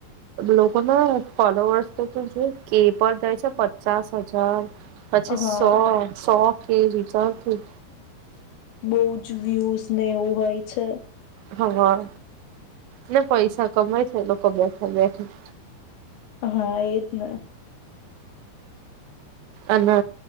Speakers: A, on the right (about 80°); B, on the left (about 80°).
A: લોકોના ફોલોવર્સ તો તું જો કે પર જાય છે પચાસ હજાર પછી
B: હા
A: સો સો. કે વિચારથી
B: બહુજ વ્યુઝ ને એવું હોય છે.
A: હા ને પૈસા કમાય છે એ લોકો બેઠા બેઠા
B: હા એજ ને.
A: અને